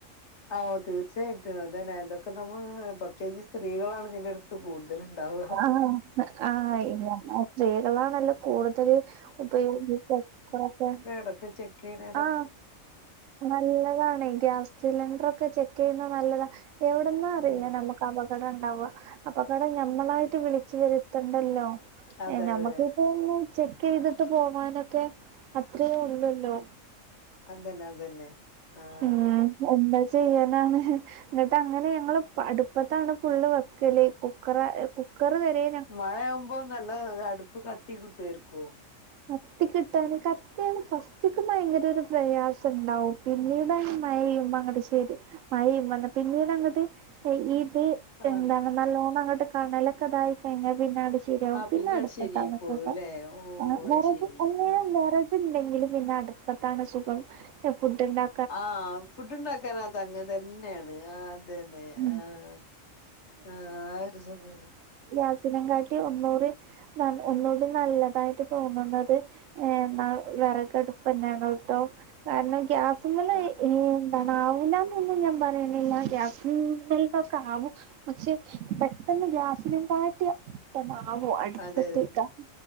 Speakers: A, on the left; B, on the right.
A: അഹ് ഓ തീർച്ചയായിട്ടും അതന്നെ അതൊക്കെ നമ്മള് പ്രത്യേകിച്ച് സ്ത്രീകളാണ് ഇതിന്റടുത്ത് കൂട് ഇതിലിണ്ടാവ്
B: ആഹ് ആഹ് ഇ ഞമ്മ ചെയ്തതാണ് കൂടുതല് ഉപയോഗിക്കാ കൊറേശ്ശെ
A: എടക്ക് ചെക്കെയ്ണേ
B: ആഹ് നല്ലതാണെയ് ഗ്യാസ് സിലിണ്ട്രൊക്കെ ചെക്ക് ചെയ്യുന്ന നല്ലതാ എവടുന്നാ അറീല്ല
A: ഉം
B: അമ്മക്ക് അപകടംഇണ്ടാവ അപകടം ഞമ്മളായിട്ട് വിളിച്ച് വെരുത്തണ്ടല്ലോ?
A: അതെ
B: ഏ ഞമ്മക്കിപ്പോ
A: അതെ
B: ചെക്ക് ചെയ്തിട്ട് പോവാനൊക്കെ അത്രേയൊള്ളല്ലോ?
A: അതെന്നെ അതെന്നെ ആഹ്
B: ഉം എന്താ ചെയ്യാനാണ് ന്നിട്ട് അങ്ങനെ ഞങ്ങള് അടുപ്പത്താണ് ഫുള്ള് വെക്കല് കുക്കറ കുക്കർവെരെ
A: മഴയാവുമ്പോ നല്ല അടുപ്പ് കത്തി കിട്ടുവായിരിക്കോ?
B: കത്തിക്കിട്ടാൻ കത്തിയാണ് ഫസ്റ്റ് ഭയങ്കര ഒര് പ്രയാസണ്ടാവും പിന്നീട് മയേയുമ്പോ അങ്ങട് ശെരി മയയും വന്ന പിന്നീടങ്ങ്ട്ട് എ ഈത്
A: ആഹ്
B: എന്താണ് നല്ലോണം അങ്ങട്ട് കടലൊക്കെതായി കഴിഞ്ഞ പിന്നടി ശരിയാവും
A: ആഹ്
B: പിന്നെ അടുത്ത
A: അത് ശരിയായിക്കോളൂല്ലേ
B: താമസൊക്ക
A: ഓ
B: അങ്ങ്
A: അത്
B: വേറേത്
A: ശരി
B: അന്നേരം
A: ആഹ്
B: വേറെ ത്ണ്ടെങ്കിലും പിന്നെ അടുപ്പത്താണ് സുഖം ഫുഡ്ണ്ടാ
A: ആഹ് ഫുഡ് ഉണ്ടാക്കാനാതങ്ങ അതുതന്നയാണ് ആഹ് അതെന്നെ
B: ഉം
A: ആഹ് ആഹ് ആ ഒര് സുഖം കി
B: ഗ്യസിനെകാട്ടി ഒന്നൂറിം ന്ന ഒന്നൂടിം നല്ലതായിട്ട് തോന്നുന്നത് ഏഇന്നാ വെറകടുപ്പ്ന്നെയാണ്ട്ട്ടോ കാരണം ഗ്യാസി
A: ആഹ്
B: ഏ എന്താണ്ആവിന്നൊന്നും ഞാൻ പറയ്ണില്ല ഗ്യസ് യൂസെൽതൊക്കാവും പക്ഷേ പെട്ടെന്ന് ഗ്യാസിനെം കാട്ടിയ പെട്ടന്നവോ അടുപ്പത്ക്കാ
A: അതെ അതെ